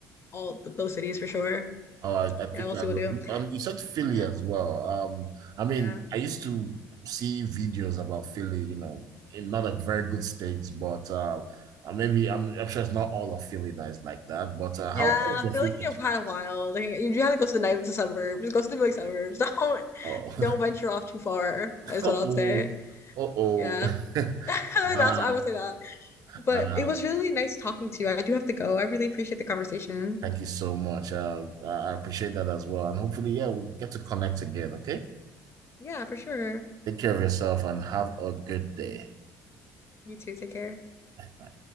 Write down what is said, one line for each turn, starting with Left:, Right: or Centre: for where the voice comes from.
Left: all th those cities for sure.
Right: oh, I, I
Left: Yeah,
Right: think
Left: we'll
Right: I
Left: see
Right: will.
Left: what we do.
Right: Um, you said Philly
Left: Yeah,
Right: as well. Um, I mean,
Left: yeah,
Right: I used to see videos about Philly. You know, in not a very good state, but uh, uh, maybe I'm I'm sure it's not all of Philly that is like that. But uh, how
Left: yeah.
Right: how is your
Left: Philly
Right: Philly?
Left: is kind of wild. Like, you, you have to go to the night to suburbs. Just go to the Philly suburbs. <laughs> Don't
Right: Oh,
Left: don't venture off too far.
Right: <laughs>
Left: Is
Right: oh,
Left: what I'll say.
Right: oh, oh.
Left: Yeah, <laughs>
Right: <laughs>
Left: that's
Right: Nah,
Left: what I would say. That. But
Right: nah.
Left: it was really nice talking to you. I do have to go. I really appreciate the conversation.
Right: Thank you so much. Uh, I I appreciate that as well. And hopefully, yeah, we get to connect again. Okay.
Left: Yeah, for sure.
Right: Take care of yourself and have a good day.
Left: You too. Take care.
Right: Bye.